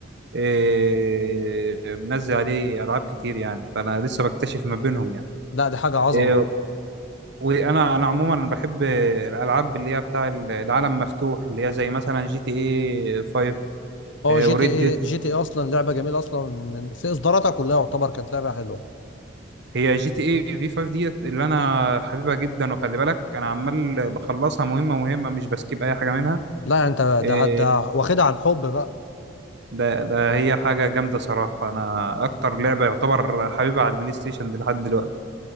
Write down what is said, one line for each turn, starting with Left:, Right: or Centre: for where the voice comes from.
Right: إيه منزل عليه العاب كتير يعني فانا لسه بكتشف ما بينهم يعني
Left: لا دي حاجه عظمه
Right: إيه وانا انا عموما بحب الالعاب اللي هي بتاع العالم مفتوح اللي هي زي مثلا جي تي اي 5
Left: اه
Right: إيه
Left: جي
Right: وريد
Left: تي اي
Right: ديد
Left: جي تي اي اصلا لعبه جميله اصلا من في اصداراتها كلها يعتبر كانت لعبه حلوه
Right: هي جي تي اي في 5 ديت اللي انا حبيبها جدا وخلي بالك انا عمال بخلصها مهمه مهمه مش بسكيب اي حاجه منها
Left: لا يعني انت ده
Right: إيه،
Left: ده واخدها عن حب بقى
Right: ده ده هي حاجة جامدة صراحة أنا أكتر لعبة يعتبر حبيبها على البلاي ستيشن دي لحد دلوقتي